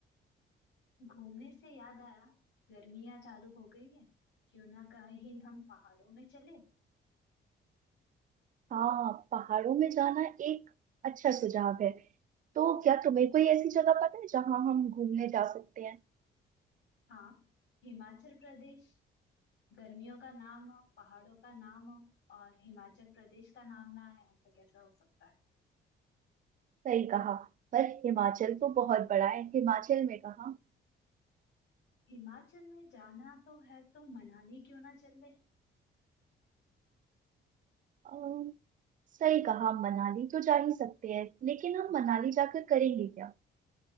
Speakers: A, on the left (about 75°); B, on the right (about 40°).
A: घूमने से याद आया गर्मियाँ चालू हो गई है क्यों ना कहीं हम पहाड़ों में चले
B: हाँ पहाड़ों में जाना एक अच्छा सुझाव है तो क्या तुम्हें कोई ऐसी जगह पता है जहाँ हम घूमने जा सकते हैं
A: हाँ हिमाचल प्रदेश गर्मियों का नाम हो पहाड़ों का नाम हो और हिमाचल प्रदेश का नाम ना है ऐसा कैसा हो सकता है
B: सही कहा पर हिमाचल तो बहुत बड़ा है हिमाचल में कहाँ
A: हिमाचल में जाना तो है तो मनाली क्यों ना चल ले
B: अम, सही कहा मनाली तो जा ही सकते हैं लेकिन हम मनाली जाकर करेंगे क्या